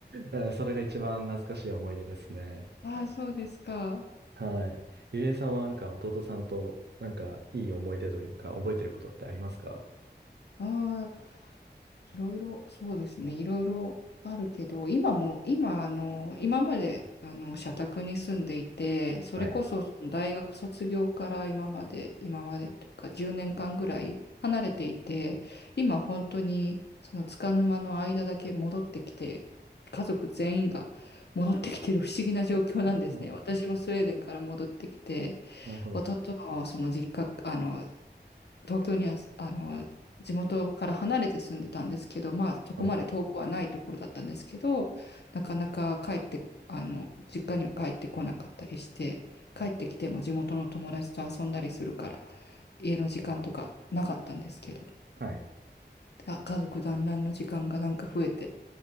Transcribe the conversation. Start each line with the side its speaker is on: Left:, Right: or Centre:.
Right: えーそれが一番懐かしい思い出ですね。
Left: ああ、そうですか。
Right: はい。ゆりえさんはなんか弟さんとなんかいい思い出というか、覚えてることってありますか
Left: ああ、いろいろ、そうですね、いろいろあるけど、今も、今、あの、今まで、あの、社宅に住んでいて、それこそ、
Right: はい。
Left: その大学卒業から今まで、今までというか、10年間ぐらい離れていて、今、本当に、その、束の間の間だけ戻ってきて、家族全員が戻ってきてる不思議な状況なんですね。
Right: ああ、
Left: 私もスウェーデンから戻ってきて、
Right: なるほど。
Left: 弟もその実家、あの、東京には、あの、地元から離れて住んでたんですけど、まあ、そこまで遠くはないところだったんですけど、
Right: はい。
Left: なかなか帰って、あの、実家には帰ってこなかったりして、帰ってきても地元の友達と遊んだりするから、家の時間とかなかったんですけど、
Right: はい。
Left: あ、家族団らんの時間がなんか増えて、